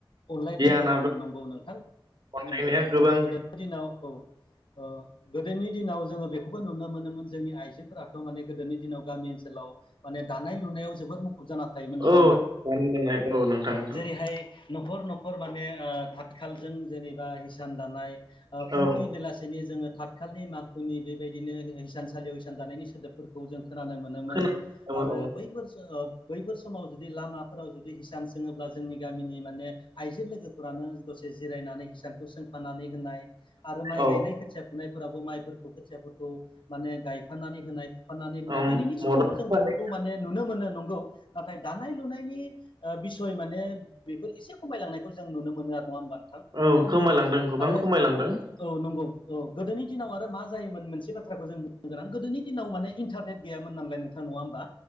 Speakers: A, on the left; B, on the right.
A: अनलायनाया
B: गियाना
A: गोबांमोन
B: दं
A: नंगौ नोंथां,
B: अनलायनाया
A: नंगौ नोंथां,
B: गोबां
A: गोदो दिनाव औ ओ गोदोनि दिनाव जोङो बे खौबो नुनो मोनोमोन जोंनि आइजोफोराथ' माने गोदोनि दिनाव गामि ओनसोलाव माने दानाय लुनायाव जोबोद मुखुब जाना थायोमोन नङा
B: औ जानाय लोंनाय औ नोंथां नंगौ
A: बेहाय न'खर-न'खर माने ओ थाथखालजों जेनेबा हिसान दानाय ओ फुंनि
B: औ
A: बेलासिनि जोङो थाथ खालनि माखुनि बेबायदिनो हिसानसालियाव हैसान दानायनि सोदोबफोरखौ जों खोनानो मोनोमोन
B: खोनादोंमोन
A: आरो
B: औ
A: बैफोर समाव जुदि लामाफोराव जुदि हिसान सोङोब्ला जोंनि गामिनि माने आइजो लोगोफोरानो दसे जिरायनानै हिसान सोंफानानै होनाय आरो माइ
B: औ
A: गायनाय खोथिया फुनायफोरावबो माइफोरखौ खोथियाफोरखौ माने गायफानानै होनाय फानानै होनाय
B: ओम
A: दिनैनि
B: मदद
A: समावबो
B: होफादों
A: जों बेफोरखौ माने नुनो मोनो नंगौ नाथाय दानाय लुनायनि ओ बिसय माने बेफोर एसे खमायलांनायखौ जों नुनो मोनो आरो नङा होमबा नोंथां
B: औ खमायलांदों गोबां
A: आरो
B: खमायलांदों
A: औ नंगौ औ गोदोनि दिनाव आरो मा जायोमोन मोनसे बाथ्राखौ जों गोनां गोदोनि दिनाव माने इन्टारनेट गैयामोन नालाय नों नङा होमबा